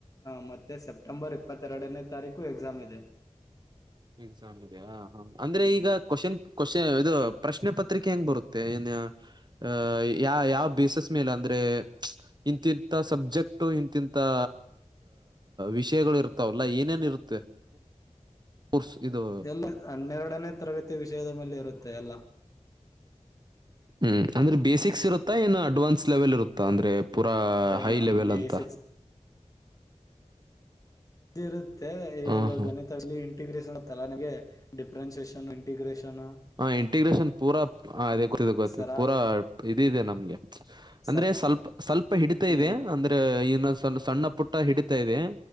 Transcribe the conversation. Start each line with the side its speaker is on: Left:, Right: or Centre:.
Left: ಹಾ ಮತ್ತೆ ಸೆಪ್ಟೆಂಬರ್ ಇಪ್ಪತ್ತೆರಡನೇ ತಾರೀಕು ಎಕ್ಸಾಮ್ ಇದೆ
Right: ಎಕ್ಸಾಮ್ ಇದೆ ಹ ಅಂದ್ರೆ
Left: ಹ್ಮ್
Right: ಈಗ ಕೋಶನ್ ಕೋಶ ಇದು ಪ್ರಶ್ನೆ ಪತ್ರಿಕೆ ಹೆಂಗ್ ಬರುತ್ತೆ ಏನ್ ಅ ಯ ಯಾವ ಬೇಸಸ್ ಮೇಲೆ ಅಂದ್ರೆ ಇಂತಿಂತ ಸಬ್ಜೆಕ್ಟ್ ಇಂತಿಂತಾ ವಿಷಯಗಳು ಇರ್ತಾವಲ್ಲಾ ಏನೇನ್ ಇರುತ್ತೆ ಕೋರ್ಸ್ ಇದು
Left: ಎಲ್ಲ ಹನ್ನೆರಡನೇ ತರಗತಿ ವಿಷಯದ ಮೇಲೆ ಇರುತ್ತೆ ಎಲ್ಲಾ
Right: ಹ್ಮ್ ಅಂದ್ರೆ ಬೇಸಿಕ್ಸ್ ಇರುತ್ತಾ ಏನ ಅಡ್ವಾನ್ಸ್ ಲೆವೆಲ್ ಇರುತ್ತಾ ಅಂದ್ರೆ ಪೂರಾ
Left: ಎಲ್ಲ
Right: ಹೈ ಲೆವೆಲ್
Left: ಬೇಸಿಕ್ಸ್
Right: ಅಂತ
Left: ಇ ಇರುತ್ತೆ ಈಗ
Right: ಹ ಹ
Left: ಗಣಿತಲ್ಲಿ ಇಂಟಿಗ್ರೇಷನ್ ಆತ್ತಲ್ಲ ನನಗೆ ಡಿಫ್ರೆನ್ಸಿಯೇಷನ್ ಇಂಟಿಗ್ರೇಷನ್
Right: ಹ ಇಂಟಿಗ್ರೇಷನ್ ಪೂರಾ ಗೊತ್ತ ಗೊತ್ತ
Left: ಸರ
Right: ಪೂರಾ ಇದ ಇದೆ ನಮ್ಗೆ ಅಂದ್ರೆ
Left: ಸರ್
Right: ಸ್ವಲ್ಪ ಸ್ವಲ್ಪ ಹಿಡಿತ
Left: ಹ್ಮ್
Right: ಇದೆ ಅಂದ್ರೆನ್ ಸಣ ಸಣ್ಣ ಪುಟ್ಟ ಹಿಡಿತಾ ಇದೆ